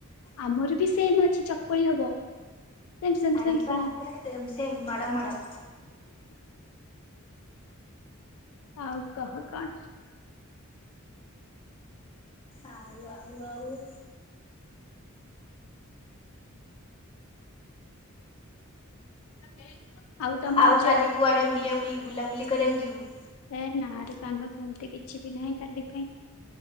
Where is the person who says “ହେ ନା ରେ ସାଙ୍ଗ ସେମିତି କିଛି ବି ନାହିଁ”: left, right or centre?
Left